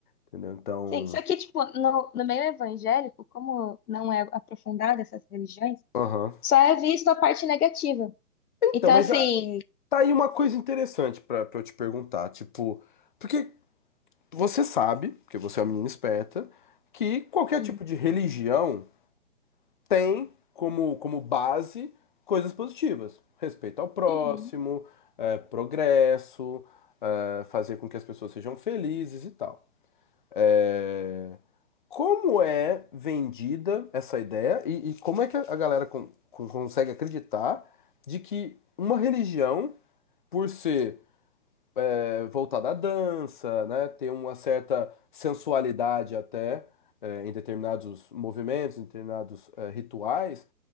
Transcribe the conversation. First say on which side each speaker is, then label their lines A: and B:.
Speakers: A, on the left; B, on the left.
A: Entendeu? Então.
B: Sim, só que tipo, no, no meio evangélico, como não é aprofundada essas religiões,
A: Aham.
B: só é visto a parte negativa.
A: Então,
B: Então
A: mas
B: assim,
A: ah, tá aí uma coisa interessante pra pra eu te perguntar, tipo, porque você sabe, porque você é uma menina esperta, que qualquer
B: hum,
A: tipo de religião. tem como, como base coisas positivas. Respeito ao próximo,
B: uhum,
A: eh, progresso, eh, fazer com que as pessoas sejam felizes e tal. Eh, como é vendida essa ideia e, e como é que a galera con- con- consegue acreditar de que uma religião, por ser eh, voltada à dança, né, ter uma certa sensualidade até eh, em determinados movimentos, em determinados eh, rituais,